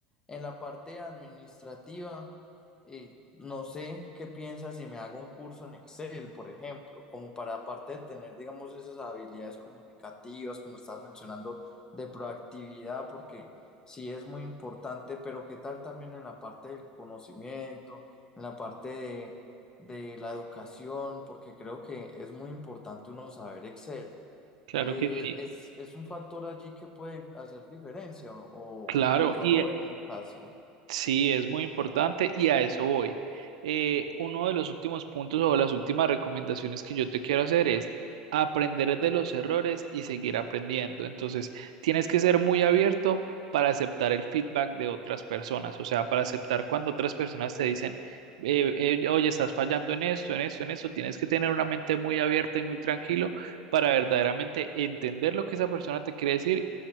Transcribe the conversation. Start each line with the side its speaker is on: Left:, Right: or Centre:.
Left: En la parte administrativa, eh, no sé qué piensa si me hago un curso en Excel, por ejemplo, como para aparte de tener, digamos, esas habilidades comunicativas, como estás mencionando, de proactividad, porque sí es muy importante, pero qué tal también en la parte del conocimiento, en la parte de, de la educación, porque creo que es muy importante uno saber Excel.
Right: claro
Left: Eh,
Right: que sí.
Left: es, es un factor allí que puede hacer diferencia o,
Right: Claro,
Left: o no
Right: y
Left: lo ven casi.
Right: Sí, es muy importante y a eso voy. Eh, uno de los últimos puntos o las últimas recomendaciones que yo te quiero hacer es aprender de los errores y seguir aprendiendo. Entonces, tienes que ser muy abierto para aceptar el feedback de otras personas, o sea, para aceptar cuando otras personas te dicen, eh, eh, oye, estás fallando en esto, en esto, en esto, tienes que tener una mente muy abierta y muy tranquilo para verdaderamente entender lo que esa persona te quiere decir,